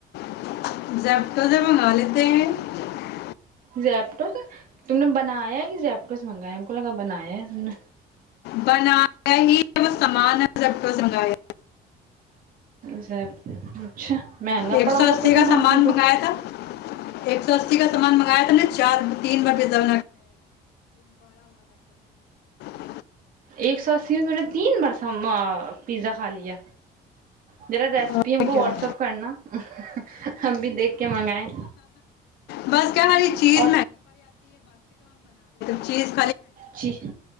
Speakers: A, on the left (about 75°); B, on the right (about 55°).
A: <unintelligible>
B: زیپٹوز تم نے بنایا ہے کہ زیپٹوس منگایا ہم کو لگا بنایا ہے ت نے
A: بنایا ہی ہے وہ سامان ہے جٹٹ سنگایا
B: سر اچھا مہنگا
A: ایک
B: پڑا
A: سو
B: ہوگا
A: اسی
B: پھر
A: کا سامان
B: تم کو
A: منگایا تھا ایک سو اسی کا سامان منگایا تھا چار تین بار بھی ز <unintelligible>
B: ایک سو اسی میں تو میں نے تین بار پیزا کھا لیا میرا ریسیپی
A: اور
B: ان کو
A: کیا
B: واٹس اپ کرنا ہم بھی دیکھ کے منگائے
A: بس کیا ہماری چیز
B: اور
A: جیز
B: جی